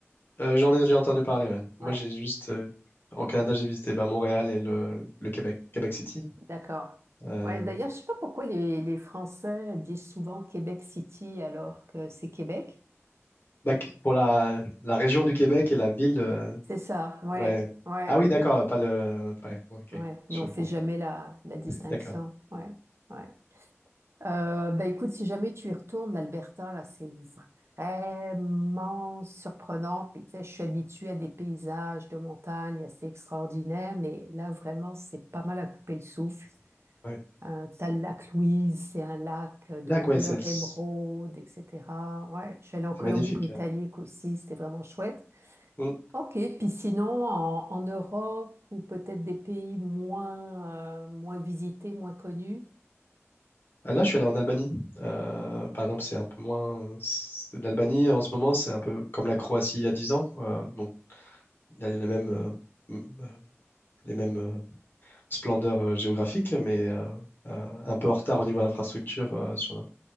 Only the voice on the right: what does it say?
Ouais,
d'accord.
Ouais, d'ailleurs, je sais pas pourquoi les, les Français disent souvent Québec City alors que c'est Québec.
C'est ça, ouais,
ouais,
ouais.
Nous, on
fait jamais la, la distinction,
ouais, ouais. Euh, bah écoute, si jamais tu y retournes, l'Alberta, là, c'est vraiment surprenant. Puis tu sais, je suis habituée à des paysages de montagne assez extraordinaires, mais là, vraiment, c'est pas mal à couper le souffle.
Euh, t'as le lac Louise, c'est un lac de
couleur
émeraude, etc. Ouais, je suis allée en Colombie-Britannique
aussi, c'était vraiment chouette.
Ok, puis sinon, en, en Europe ou peut-être des pays moins, euh, moins visités, moins connus,